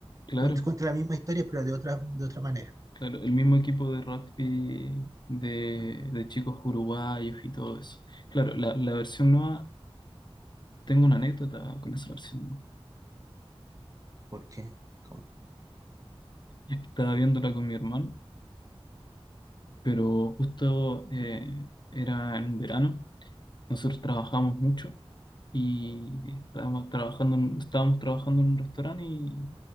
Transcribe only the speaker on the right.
Cuenta, cuenta la misma historia, pero de otra, de otra manera.
Mm,
¿Por qué? ¿Cómo?